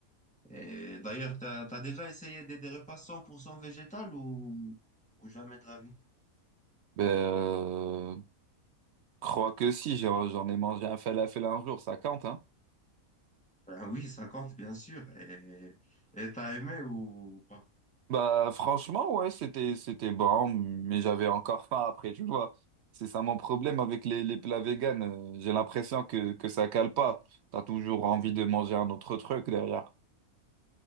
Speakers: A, in the centre; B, on the right.
A: Et d'ailleurs, t'as, t'as déjà essayé des, des repas 100% végétal ou, ou jamais de la vie?
B: Ben, Crois que si, j'en j'en ai mangé un falafel un jour, ça compte, hein?
A: Ben oui, ça compte, bien sûr. Et, et t'as aimé ou pas?
B: Bah franchement, ouais, c'était c'était bon, mais j'avais encore faim après, tu vois. C'est ça mon problème avec les, les plats véganes. euh, J'ai l'impression que, que ça cale pas. T'as toujours envie de manger un autre truc derrière.